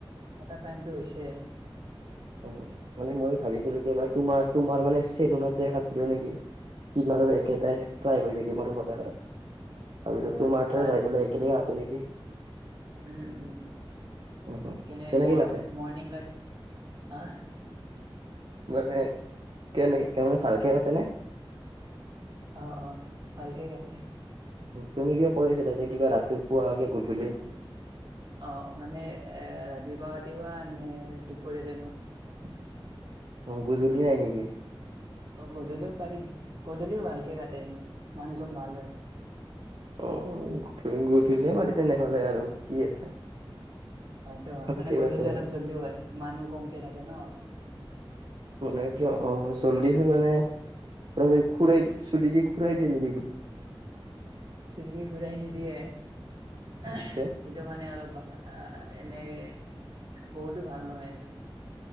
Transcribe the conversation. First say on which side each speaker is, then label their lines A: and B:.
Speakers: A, on the right; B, on the right.
A: কটা টাইমটো হৈছে
B: অ মানে মই ভাবিছিলো
A: কিন্তু
B: কিবাৰ তোমাৰ তোমাৰ মানে চেলুনত যে কাটি দিও নেকি কিমান আৰু একেটাই
A: অ
B: ট্ৰাই কৰি থাকিম আৰু সদায় সদায়
A: সেইটো
B: ভাবিলো
A: হয়
B: তোৰ
A: কিবা
B: মাৰতে যাই পেলাই একেলগে কাটো নেকি
A: উম উম উ সেইকাৰণে
B: উম, উম। কেনেকে
A: মই
B: কাটে?
A: মৰ্ণিং <unintelligible>
B: মানে কেনে মানে ভাল কে কাটে নে
A: অ অ ভালকে কাটে
B: তুমি কিয় কৈ আছিলা যে কিবা ৰাতি পুৱাগে গধূলি
A: অ মানে এ ৰাতিপুৱা ৰাতিপুৱা নে দুপৰীয়া টাইমত
B: অ গুধূলি নাই নেকি
A: অ গধূলিও পাৰি গধূলিও ভালকে কাটে এনেই মানুহজন ভাল হয় আৰু
B: অ গধূলি মাৰিম আৰু কি আছে
A: হয়টো হয়
B: ভালকে
A: মানে গধূলি
B: কাটে
A: অলপ
B: আৰু।
A: জল্ডি হয় মানুহ কমকে থাকে ন
B: মানে কিয় অ জল্দি হৈ মানে তই খুৰাই দি চুলিক খুৰাই দিয়ে নেকি বুলি
A: চুলি খোৰাই নিদিয়ে
B: গোটে
A: কিন্তু মানে অলপ এনেকে বহুতো ভাল নহয় আৰু